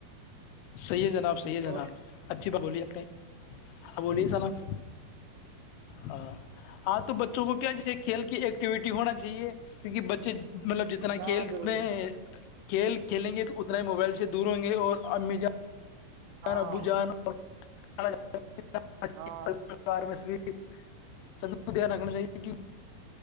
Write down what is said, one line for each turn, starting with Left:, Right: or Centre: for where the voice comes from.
Left: صحیح ہے جناب صحیح ہے جناب
Right: اور
Left: اچھی بات بولیے اپ نے ا بولیے سناب ہاں ہاں تو بچوں کو کیا جیسے کھیل کی ایکٹیویٹی ہونا چاہیے کیونکہ بچ مطلب جتنا
Right: ہاں
Left: کھیل
Right: ضروری
Left: میں
Right: ہے
Left: کھیل کھیلیں گے تو اتنا ہی موبائل سے دور ہوں گے اور اب میں جان ج
Right: ہاں
Left: ابو جانو الگا
Right: ہاں
Left: ار میںس بھی ٹھ سبھی کو دھیان رکھنا چاہیے کہ